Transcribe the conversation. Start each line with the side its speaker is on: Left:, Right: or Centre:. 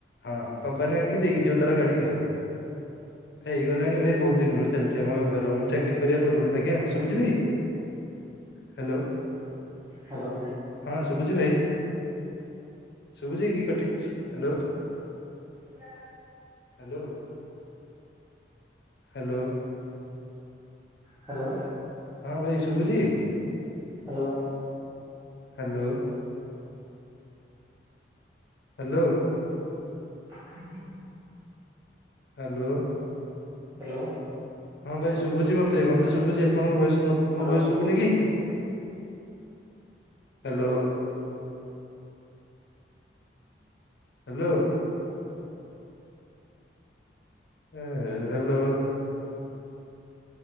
Left: ହଁ କଂପାନୀ ଆଣିକି ଦେଇକି ଯିବ ତାର ଗାଡ଼ି ଡି ଆଉ ହେଇଗଲାଣି ଭାଇ ବହୁତ୍ ଦିନରୁ ଚାଲିଛି ଆମ ବେପାର
Right: ହ୍ୟାଲୋ
Left: ମୁଁ ଚାକ୍ କିରି କରିବା ପୂର୍ବରୁ ଆଜ୍ଞା ଶୁଭୁଛି ଟି ହ୍ୟାଲୋ
Right: ହ୍ୟାଲୋ
Left: ହଁ ଶୁଭୁଚି ଭାଇ ଶୁଭୁଚି କି କଟି ହ୍ୟାଲୋ
Right: ଆ ପୁରା
Left: ହ୍ୟାଲୋ। ହ୍ୟାଲୋ
Right: ହ୍ୟାଲୋ
Left: ହଁ ଭାଇ ଶୁଭୁଚି?
Right: Hello
Left: hello. ହାଲୋ
Right: ହଁ
Left: ହାଲୋ।
Right: ହ୍ୟାଲୋ
Left: ହଁ ଭାଇ ଶୁଭୁଚି ମତେ ମତେ ଶୁଭୁଚି ଆପଣଙ୍କ ଭଏସ୍ ମୋତ୍ ମୋ
Right: ହ୍ୟାଲୋ
Left: ଭଏସ୍ ଶୁଭୁନି କି? ହ୍ୟାଲୋ ହ୍ୟାଲୋ ଏ ହେ ହ୍ୟାଲୋ